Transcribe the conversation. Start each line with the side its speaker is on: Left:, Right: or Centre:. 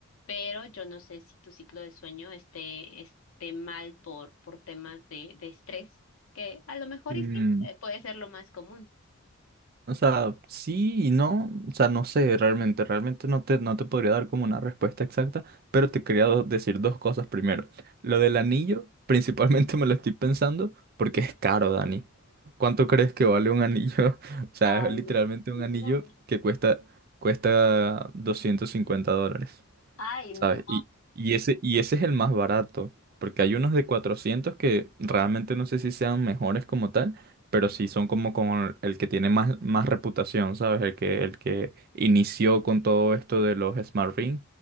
Left: pero yo no sé si tu ciclo de sueño esté, esté mal por, por temas de, de estrés, que a lo mejor
Right: Mm.
Left: y sí, eh, puede ser lo más común.
Right: O sea, sí y no, o sea, no sé, realmente, realmente no te, no te podría dar como una respuesta exacta, pero te quería do- decir dos cosas primero. Lo
Left: Sí.
Right: del anillo, <laughs> principalmente me lo estoy pensando porque es caro, Dani. ¿Cuánto crees que vale un anillo? <laughs> O sea,
Left: Ay,
Right: es literalmente
Left: no,
Right: un
Left: sí,
Right: anillo
Left: dígame.
Right: que cuesta, cuesta 250 dólares.
Left: Ay,
Right: ¿sabes?
Left: no.
Right: Y, y ese, y ese es el más barato, porque hay unos de 400 que realmente no sé si sean mejores como tal, pero sí son como con el que tiene más, más reputación, ¿sabes? El que, el que inició con todo esto de los Smart Ring.